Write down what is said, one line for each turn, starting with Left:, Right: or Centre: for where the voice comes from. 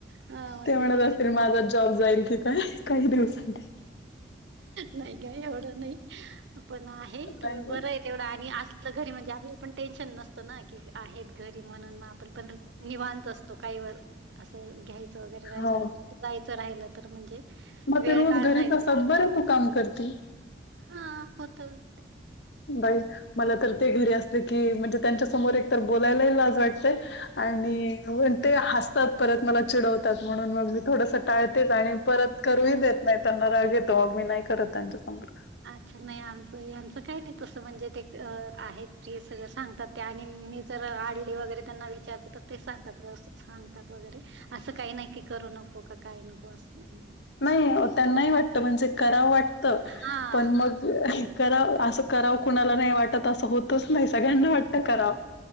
Right: अ म्हणजे
Left: ते म्हणत
Right: दो
Left: असतील माझा जॉब जाईल की काय? काही दिवसांनी.
Right: नाही काय एवढं नाही? पण आहे
Left: नाही
Right: थोडं बरं आहे तेवढं आणि अस आपलं घरी म्हणजे? आपल्याला पण टेन्शन नसत ना की, आहेत घरी म्हणून मग आपण पण निवांत असतो. काही व असं घ्यायचं वगैरे राहिलं
Left: हो
Right: जायचं राहिलं तर म्हणजे
Left: म
Right: वेळ
Left: ते रोज
Right: काढता
Left: घरीच
Right: येत
Left: असात बरं तू काम करते.
Right: हा.. होतं.
Left: बाई मला तर ते घरी असते की म्हणजे त्यांच्या समोर एकतर बोलायलाही लाज वाटते आणि म ते हसतात परत मला चिडवतात म्हणून मग मी थोडसा टाळ आणि परत करूही देत नाही. त्यांना राग येतो, मग मी नाही करत त्यांच्या समोर.
Right: अच्छा नाही आमचं यांचं काही नाही तसं म्हणजे ते अ आहेत प्रिय सगळं सांगतात. ते आणि मी जर आडली वगैरे त्यांना विचारते तर ते सांगतात व्यवस्थित सांगतात वगैरे असं काही नाही की, करू नको का? काही नको असं नाही.
Left: नाही त्यांना ही वाटतं म्हणजे करावं वाटत
Right: हां.
Left: पण मग कराव असं करावं कुणाला नाही वाटत असं होतच नाही सगळ्यांना वाट करा